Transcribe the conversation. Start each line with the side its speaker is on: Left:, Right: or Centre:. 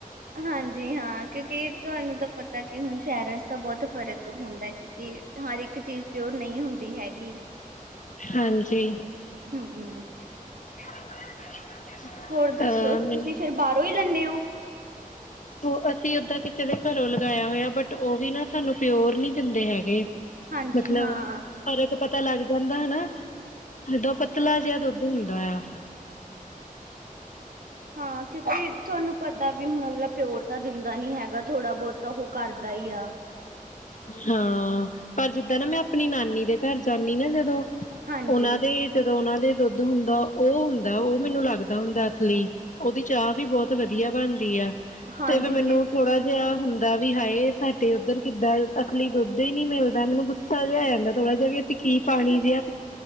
Right: ਹਾਂਜੀ ਹਾਂ ਕਿਉਂਕਿ ਤੁਹਾਨੂੰ ਤਾਂ, ਪਤਾ ਕਿ ਹੁਣ ਸ਼ਹਿਰਾਂ'ਚ ਤਾਂ ਬਹੁਤ ਫ਼ਰਕ ਹੁੰਦਾ ਕਿਉਕਿ ਹਰ ਇੱਕ ਚੀਜ਼ ਪਿਓਰ ਨਹੀਂ ਹੁੰਦੀ ਹੈਗੀ।
Left: ਹਾਂਜੀ।
Right: ਹੂੰ-ਹੂੰ।
Left: <unintelligible>
Right: ਹੋਰ
Left: ਅਹ
Right: ਦੱਸੋ, ਤੁਸੀਂ
Left: ਮੈਨੂੰ
Right: ਫਿਰ ਬਾਹਰੋਂ ਹੀ ਲੈਂਨੇ ਓ?
Left: ''ਉਹ ਅਸੀਂ 'ਓਦਾਂ ਕਿਸੇ ਦੇ ਘਰੋਂ ਲਗਾਇਆ ਹੋਇਆ, ਬਟ ਉਹ ਵੀ ਨਾ ਸਾਨੂੰ ਪਿਓਰ ਨੀ ਦਿੰਦੇ ਹੈਗੇ।
Right: ਹਾਂਜੀ
Left: ਮਤਲਬ।
Right: ਹਾਂ।
Left: ਫ਼ਰਕ ਪਤਾ ਲੱਗ ਜਾਂਦਾ ਹਨਾ, ਜਦੋ ਪਤਲਾ ਜਿਹਾ ਦੁੱਧ ਹੁੰਦਾ ਆ।
Right: ਹਾਂ, ਕਿਉਂਕਿ ਤੁਹਾਨੂੰ ਪਤਾ ਵੀ ਹੁਣ ਅਗਲਾ ਪਿਓਰ ਤਾਂ ਦਿੰਦਾ ਨੀ, ਹੈਗਾ। ਥੋੜ੍ਹਾ ਬਹੁਤ ਤਾਂ ਉਹ ਕਰਦਾ ਹੀ ਆ।
Left: ਹਾਂ। ਪਰ ਜਿੱਦਾਂ ਨਾ ''ਮੈਂ ਆਪਣੀ ਨਾਨੀ ਦੇ 'ਘਰ ਜਾਂਨੀ ਨਾ ਜਦੋਂ
Right: ਹਾਂਜੀ
Left: 'ਉਹਨਾਂ ਦੇ, ਜਦੋਂ ਉਹਨਾਂ ਦੁੱਧ ਹੁੰਦਾ। ਉਹ ਹੁੰਦਾ ਉਹ ਮੈਨੂੰ ਲੱਗਦਾ ਹੁੰਦਾ ਅਸਲੀ। ਉਹਦੀ 'ਚਾਹ ਵੀ ਬਹੁਤ ਵਧੀਆ ਬਣਦੀ ਆ।
Right: ਹਾਂਜੀ
Left: ਤੇ, ਵੀ 'ਮੈਨੂੰ
Right: ਕਿ
Left: ਥੋੜਾ ਜਿਹਾ ਹੁੰਦਾ ਵੀ ਹਾਏ ਤੁਹਾਡੇ ਉੱਧਰ ਕਿੱਦਾਂ? ਲੀ ਦੁੱਧ ਹੀ ਨੀ ਮਿਲਦਾ, ਮੈਨੂੰ ਗੁੱਸਾ <unintelligible> ਆ ਜਾਂਦਾ ਥੋੜਾ ਜਿਹਾ, ਵੀ ਅਸੀਂ ਕੀ ਪਾਣੀ ਜੇਹਾ